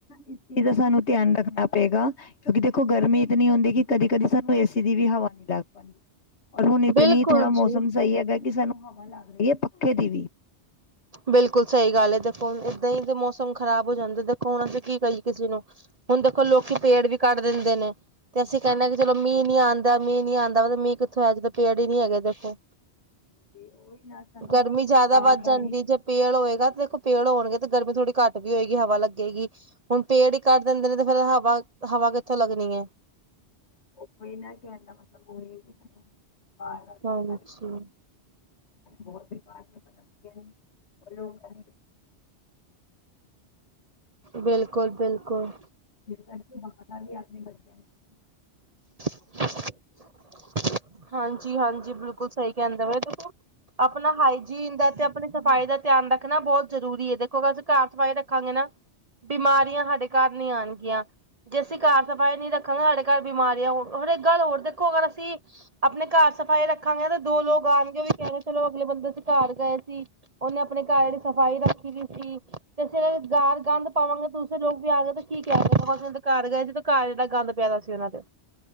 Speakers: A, on the left; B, on the right.
A: ਇਸ ਚੀਜ਼ ਦਾ ਸਾਨੂੰ ਧਿਆਨ ਰੱਖਣਾ ਪਏਗਾ ਕਿਉਂਕਿ ਦੇਖੋ ਗਰਮੀ ਇਤਨੀ ਹੁੰਦੀ ਕਿ ਕਦੀ -ਕਦੀ ਸਾਨੂੰ ਏਸੀ ਦੀ ਵੀ ਹਵਾ ਨਹੀਂ ਲੱਗ ਪਾਉਂਦੀ ਔਰ ਹੁਣ ਇਤਨੀ
B: ਬਿਲਕੁਲ
A: ਥੋੜ੍ਹਾ ਮੌਸਮ
B: ਜੀ
A: ਸਹੀ ਹੈਗਾ ਕਿ ਸਾਨੂੰ ਹਵਾ ਲੱਗ ਰਹੀ ਹੈ ਪੱਖੇ ਦੀ ਵੀ
B: ਬਿਲਕੁਲ ਸਹੀ ਗੱਲ ਹੈ, ਦੇਖੋ ਹੁਣ ਏਦਾਂ ਹੀ ਦੇ ਮੌਸਮ ਖ਼ਰਾਬ ਹੋ ਜਾਂਦਾ ਦੇਖੋ ਹੁਣ ਕੀ ਕਹੀ ਕਿਸੇ ਨੂੰ ਹੁਣ ਦੇਖੋ ਲੋਕੀ ਪੇੜ ਵੀ ਕੱਟ ਦਿੰਦੇ ਨੇ ਤੇ ਅਸੀਂ ਕਹਿੰਦੇ ਹ ਕਿ ਚਲੋ ਮੀਹ ਨੀ ਆਂਉਦਾ, ਮੀਂਹ ਨੀ ਆਉਂਦਾ, ਮੀਂਹ ਕਿੱਥੋ ਆਜੇ ਪੇੜ ਹੀ ਨਹੀਂ ਹੈਗੇ ਦੇਖੋ
A: ਹਾਂਜੀ, ਉਹੀ ਨਾਲ ਸਾਨੂੰ
B: ਗਰਮੀ ਜ਼ਿਆਦਾ
A: ਬਾਹਰ
B: ਵੱਧ
A: ਦਾ
B: ਜਾਂਦੀ ਜੇ ਪੇੜ ਹੋਏਗਾ ਤੇ ਦੇਖੋ ਪੇੜ ਹੋਣਗੇ ਤੇ ਗਰਮੀ ਥੋੜੀ ਘੱਟ ਵੀ ਹੋਏਗੀ, ਹਵਾ ਲੱਗੇਗੀ ਹੁਣ ਪੇੜ ਹੀ ਕੱਟ ਦਿੰਦੇ ਨੇ, ਤੇ ਫਿਰ ਹਵਾ, ਹਵਾ ਕਿੱਥੋਂ ਲੱਗਣੀ ਹੈ
A: ਉਹੀ ਨਾ, ਕਹਿਣ ਦਾ ਮਤਲਬ ਉਹੀ ਵੀ ਸਾਨੂੰ ਬਾਹਰ ਦਾ ਵੀ
B: ਹਾਂਜੀ
A: ਕਰ ਹੋਰ ਬਿਮਾਰੀਆਂ ਬਣਾਉਂਦੀਆਂ ਨੇ, ਲੋਕਾਂ
B: ਬਿਲਕੁਲ, ਬਿਲਕੁਲ
A: ਫਿਲ ਕਰਕੇ ਬ ਵੀ ਆਪਣੇ ਬੱਚਿਆਂ ਨੂੰ
B: <inaudible> ਹਾਂਜੀ, ਹਾਂਜੀ ਬਿਲਕੁਲ ਸਹੀ ਕਹਿੰਦਾ ਵਾ ਆਪਣਾ ਹਾਈਜੀਨ ਦਾ ਤੇ ਆਪਣੀ ਸਫ਼ਾਈ ਦਾ ਧਿਆਨ ਰੱਖਣਾ ਬਹੁਤ ਜਰੂਰੀ ਹੈ, ਦੇਖੋ ਅਸੀਂ ਘਰ ਸਫ਼ਾਈ ਰੱਖ ਰੱਖਾਂਗੇ ਨਾ, ਬਿਮਾਰੀਆਂ ਸਾਡੇ ਘਰ ਨੀ ਆਉਣਗੀਆਂ ਜੇ ਅਸੀਂ ਘਰ ਸਫ਼ਾਈ ਨਹੀਂ ਰੱਖਾਂਗੇ, ਸਾਡੇ ਘਰ ਬਿਮਾਰੀਆ ਹੋਰ, ਇੱਕ ਗੱਲ ਹੋਰ ਦੇਖੋ ਅਗਰ ਅਸੀਂ ਆਪਣੇ ਘਰ ਸਫ਼ਾਈ ਰੱਖਾਂਗੇ, ਤੇ ਦੋ ਲੋਕ ਆਉਣਗੇ, ਉਹ ਵੀ ਕਹਿੰਦੇ ਚਲੋ ਅਗਲੇ ਬੰਦੇ 'ਚ ਘਰ ਗਏ ਸੀ ਉਹਨੇ ਆਪਣੇ ਘਰ ਸਫ਼ਾਈ ਰੱਖੀ ਦੀ ਸੀ ਤੇ ਅਸੀਂ ਘਰ ਗੰਦ ਪਾਵਾਂਗੇ, ਦੂਸਰੇ ਲੋਕ ਵੀ ਆ ਗਏ ਤੇ ਕੀ ਕਹਿਣ ਗਏ, ਘਰ ਗਏ ਸੀ ਘਰ ਇੰਨਾ ਗੰਦ ਪਿਆਦਾ ਸੀ, ਉਹਨਾਂ ਦੇ